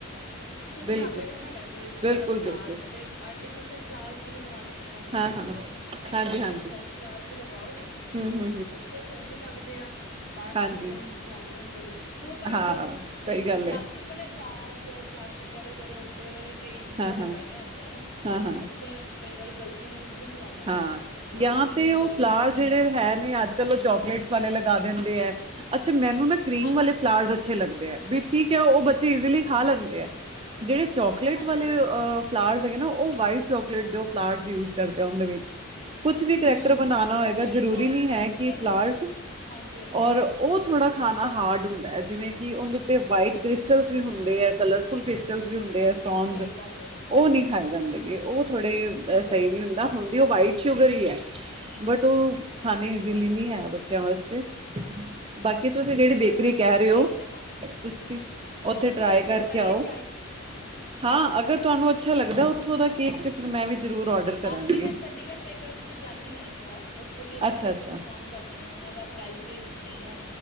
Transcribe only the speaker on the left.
ਸੁੱਟਣਾ
ਪਏ ਹਨਾ ਡੈਕੋਰੇਸ਼ਨ
ਵਾਲਾ ਫਲਾਰ ਮੈਂ ਤੇ ਆਰਟੀਫਿਸ਼ਲ ਫਲਾਰ ਵੀ ਲਗਵਾਣੇ ਪਸੰਦ ਨਹੀਂ
ਕਰਦੀ ਮੈਂ ਕਹਿੰਦੀ
ਹਾਂ ਕਿ ਫਰੈਸ਼ ਫਲਾਰਸ ਹੀ ਲਗਾਓ
ਇੱਕ ਤਾਂ ਸੋਹਣੇ ਲੱਗਦੇ ਆ ਬਾਅਦ
ਚ ਚਲੋ
ਮੁੁਰਜ਼ਾ ਜਾਂਦੇ ਥਰੋ ਕਰ
ਦੋ ਨਹੀਂ
ਤੇ
ਉਹ ਪਲਾਸਟਿਕ
ਵਾਲੇ ਫਲਾਰਸ, ਪਲਾਸਟਿਕ ਵਾਲੇ ਜਿਹੜੇ ਉੱਤੇ ਉਹਨਾਂ ਨੇ ਕਈ ਚੀਜ਼ਾਂ-
ਲਗਾਈਆਂ
ਹੁੰਦੀਆਂ ਹਨਾ
ਬੱਚੇ
ਕਈ ਵਾਰੀ ਗਲਤੀ ਨਾਲ ਮੂੰਹ ਚਲਾ ਲੈਂਦੇ
ਨੇ ਜੋ
ਉਹਨਾਂ ਲਈ
ਵੀ ਸੇਫ
ਨਹੀਂ ਹੈਗਾ
ਹਾਂਜੀ
ਹਾਂਜੀ
ਹਾਂਜੀ
ਹਮ
ਹਾਂ ਚੋਕਲੇਟ
ਫਲਾਰਸ
ਤੇ
ਅੱਛੇ
ਨੇ
ਹਾਂਜੀ ਹਾਂਜੀ
ਬਿਲਕੁਲ
ਬਿਲਕੁਲ
ਹਮ
ਸਹੀ ਗੱਲ ਹੈ
ਹਮ
ਬਿਲਕੁਲ
ਬਿਲਕੁਲ
ਸਹੀ
ਗੱਲ
ਮੈਂ
ਵੀ ਬਸ ਉਹੀ
ਰਹੀ ਆ ਨਾ
ਹਾਂ
ਅੱਛੀ
ਹੈ ਵੈਸੇ
ਕਰੀਏ
<inaudible>
ਹਨਾ
ਉਹੀ
ਨਾ
ਬਾਕੀ ਮੈਂ ਚੰਡੀਗੜ੍ਹ ਪੇਪਰਸ ਵੀ ਜਾਂਦੀ ਆਂ ਇੱਕ ਵਾਰ ਓਥੋਂ ਵੀ ਇੱਕ
ਵਾਰੀ
ਕਨਫਰਮ ਕਰਨੀ ਆ। ਉਨ੍ਹਾਂ ਦਾ ਪਰਾਈਜ ਰੇਨਜ ਕੀ ਐ।